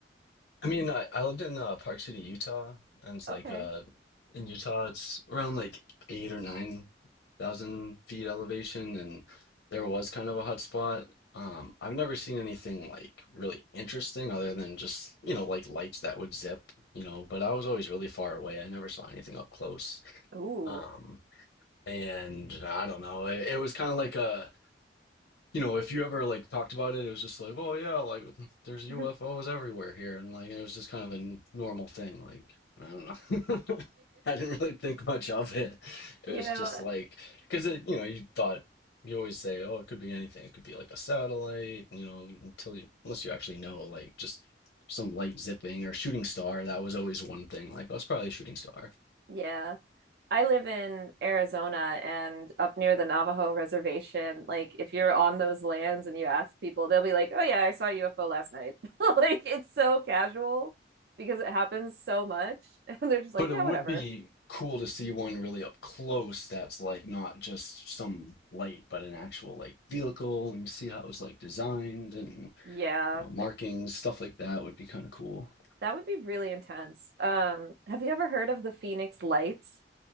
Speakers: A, on the left; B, on the right.
A: I mean, I, I lived in uh, Park City, Utah, and it's
B: Okay.
A: like uh, in Utah, it's around like eight or nine thousand feet elevation, and there was kind of a hot spot. Um, I've never seen anything like really interesting other than just, you know, like lights that would zip, you know, but I was always really far away. I never saw anything up close.
B: Ooh.
A: Um, and I don't know, it, it was kind of like a you know, if you ever like talked about it, it was just like, oh yeah, like there's UFOs
B: <laughs>
A: everywhere here, and like it was just kind of a n- normal thing. Like I don't know, <laughs> I didn't really think much of it. It
B: You
A: was
B: know,
A: just like because it, you know, you thought you always say, oh, it could be anything. It could be like a satellite, you know, until you unless you actually know, like just some light zipping or shooting star. That was always one thing. Like oh, it's probably a shooting star,
B: yeah. I live in Arizona and up near the Navajo reservation, like if you're on those lands and you ask people, they'll be like, "Oh yeah, I saw a UFO last night." <laughs> Like it's so casual because it happens so much. <laughs> And they're just like,
A: But it
B: "Yeah,
A: would
B: whatever."
A: be cool to see one really up close that's like not just some light, but an actual like vehicle and see how it was like designed and
B: Yeah.
A: you know markings, stuff like that would be kind of cool.
B: That would be really intense. Um, have you ever heard of the Phoenix Lights?